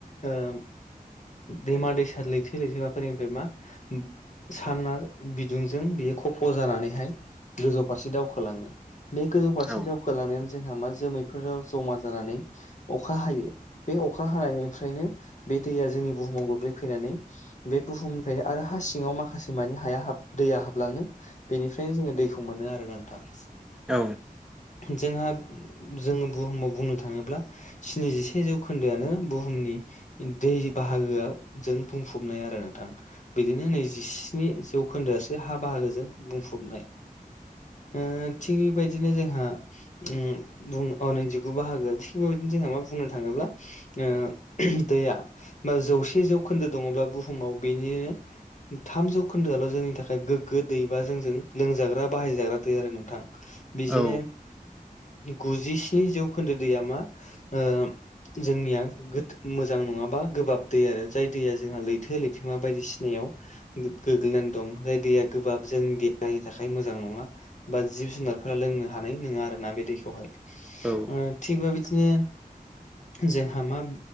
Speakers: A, on the left; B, in the centre.
A: ओ दैमा दैसा लैथो लैथोमाफोरनिफ्राय मा साना बिदुंजों बियो खफ' जानानैहाय गोजौ फारसे दावखोलाङो बे गोजौ फारसे
B: औ
A: दावखालांनायानो जोंहा मा जोमैफोराव जमा जानानै अखा हायो बे अखा हानायनिफ्रायनो बे दैया जोंनि बुहुमाव गोग्लैफैनानै बे बुहुमनिफ्रायनो आरो हा सिङाव माखासे मानि हाया दैया हाबलाङो बेनिफ्रायनो जोङो दैखौ मोनो आरोना नोंथां
B: औ
A: जोंहा जोङो बुहुमाव बुंनो थाङोब्ला स्निजिसे जौखोन्दोआनो बुहुमनि दै बाहागोआ जों बुंफबनाय आरो नोंथां बिदिनो नैजिस्नि जौखोन्दोआसो हा बाहागोजों बुंफबनाय ओ थिग बेबायदिनो जोंहा ओम अ नै जिगु बाहागोआ थिग बेबायदिनो जोंहा मा बुंनो थाङोब्ला ओ दैया बा जौसे जौखोन्दो दङब्ला बुहुमाव बेनो थाम जौखोन्दोआल' जोंनि थाखाय गोग्गो दैबा जोंजों लोंजाग्रा बाहायजाग्रा दै आरो नोंथां बिदिनो
B: औ
A: गुजिस्नि जौखोन्दो दैया मा ओ जोंनिया गो मोजां नङा बा गोबाब दै आरो जाय दैया जोंहा लैथो लैथोमा बायदिसिनायाव गोग्लैनानै दं जाय दैया गोबाब जोंनि देहानि थाखाय मोजां नङा बा जिब जुनारफोरा लोंनो हानाय नङा आरो ना बे दैखौहाय
B: औ
A: ओ थिग बेबादिनो जोंहा मा